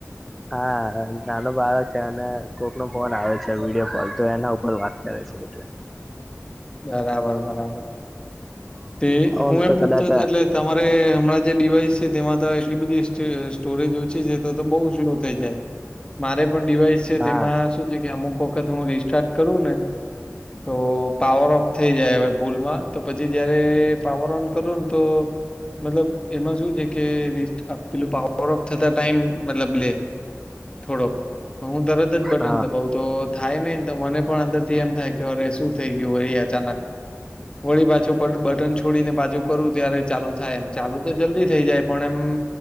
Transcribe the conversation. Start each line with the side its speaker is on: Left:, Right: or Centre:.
Centre: હા નાનો બાળક છે, અને કોક ન ફોન આવે છે, વિડીયો કોલ તો એના ઉપર વાત કરે છે, એટલે
Left: બરાબર બરાબર તે
Centre: ઓમ
Left: હું
Centre: તો
Left: એમ પૂછતો
Centre: કદાચ હા
Left: એટલે તમારે હમણાં જે ડિવાઈસ છે, તેમાં તો એટલી બધી સ્ટોરેજ ઓછી છે, તો તો બઉુ સ્લો થઈ જાય. મારે પણ ડિવાઈસ
Centre: હા
Left: તેમાં શું છે, કે અમુક વખત હું રિસ્ટાર્ટ કરું ને તો પાવર ઓફ થઈ જાય હવે ભૂલમાં તો પછી જયારે પાવર ઓન કરો ને તો મતલબ એમાં શું છે, કે પેલું પાવર ઓફ થતા ટાઈમ મતલબ લે થોડોક હું તરત જ બટન
Centre: હા
Left: દ બ તો થાય નહી તો મને પણ અંદર થી એમ થાય કે અરે શું થઈ ગયુ, એ અચાનક વળી પાછું બટન છોડીને પાછુ કરું ત્યારે ચાલુ થાય એમ ચાલુ તો જલ્દી થઈ જાય પણ એમ